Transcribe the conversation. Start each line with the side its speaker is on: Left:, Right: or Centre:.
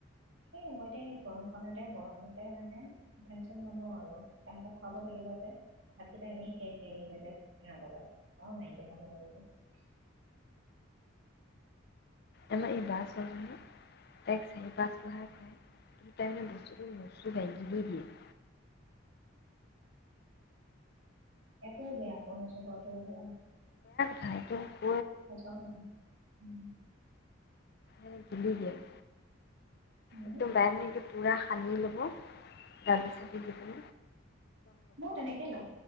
Right: সেই মইএতিয়া গৰমখনতে গৰমতে মানে ফেন- চেন নলওঁ আৰু তাহাঁতক খুৱাব লাগিব যে। ভাতকেইটা এনেই সেৰসেৰীয়া হৈ যায়। সিহঁত লগ অ নাইকিয়া হ'ব ল <unintelligible>
Left: আমাৰ ই বাছ আহিলে - টাইক চাৰি পছ বহাৰ কৰে <unintelligible> টাইমেছ বাগৰি <unintelligible>
Right: এইটোও বেয়া। পঊনৈছশ বাতৌবন <unintelligible>
Left: হয়টো -
Right: পছা ন উম <unintelligible>
Left: এ জিল দ <unintelligible>
Right: উম
Left: এদ ব ন <unintelligible> পূৰা সানি ল'ব- দালি বাকি দিব-
Right: মই তেনেকে লওঁ।